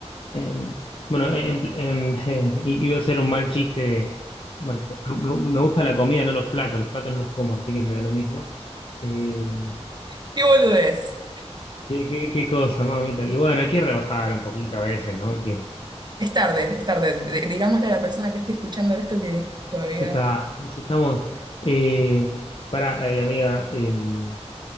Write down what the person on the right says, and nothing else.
¿Qué boludo es?
Es tarde, es tarde. D- Digámosle a la persona que esté escuchando esto que todavía...